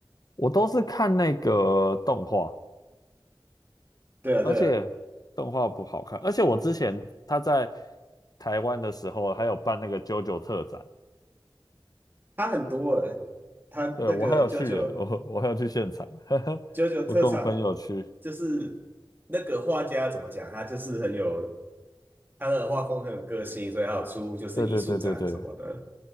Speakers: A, on the left; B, on the right.
A: 我都是看那个动画，
B: 对啊，
A: 而且动画不好看，
B: 对啊，
A: 而且我之前他在台湾的时候还有办那个 JoJo 特展，
B: 他很多诶，它那个
A: 对我还有去耶，
B: JoJo
A: 我我还有去现场，<laughs> 呵呵，
B: JoJo
A: 我跟我朋友去，
B: 特产就是那个画家怎么讲，他就是很有他的画风很有个性，所以他有出就是艺术展什么的，
A: 对对对对对